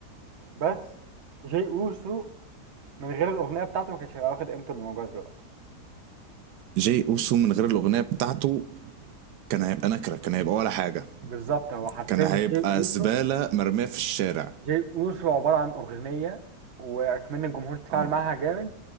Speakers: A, on the right (about 50°); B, on the right (about 85°).
A: بس جي اوسو من غير الأغنية بتاعته ما كانش هيبقى واخد قيمته اللي موجودة دلوقتي
B: جاي اوسو من غير الاغنيه بتاعته كان هيبقى نكره كان هيبقى ولا حاجه
A: بالظبط هو حرفيا
B: كان هيبقى
A: جي اوسو
B: زباله مرميه في الشارع
A: جي اوسو عبارة عن أغنية وأكمن الجمهور تفاعل
B: اه
A: معاها جامد